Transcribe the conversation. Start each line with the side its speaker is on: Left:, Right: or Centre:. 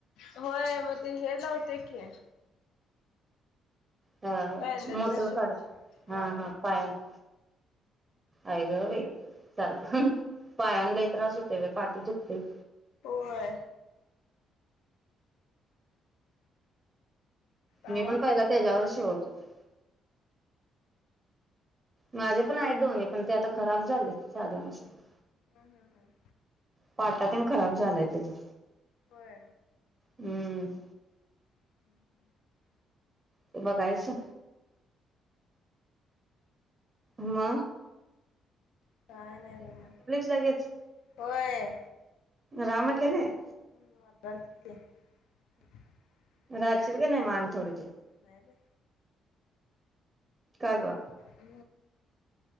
Left: व्हय, मग तेन हे लावतंय की.
Right: अ,
Left: पॅन्डल
Right: मोठं
Left: न शिवते
Right: फाड,
Left: मोठ
Right: हा हा पायान. आय गं बैय सारखं पायान लय त्रास होतोय पाठी दुखतंय.
Left: व्हय आ
Right: मी पण
Left: हम्म
Right: पहिला त्याच्यावर शिवत होती. माझे पण आहेत दोन्ही पण ते आता खराब झालेत, साध्या मशीन्न.
Left: हम्म हम्म हम्
Right: पाटा तेन खराब झालाय त्याचा.
Left: व्हय
Right: हम्म
Left: <inaudible>
Right: ते बघायचं. म्म
Left: काय नाही म्हणणं,
Right: लगेच
Left: व्हय
Right: रहा म्हणले नाय?
Left: <inaudible>
Right: राचील का नाही मग आणि थोडं.
Left: नाय बाई
Right: का ग
Left: अ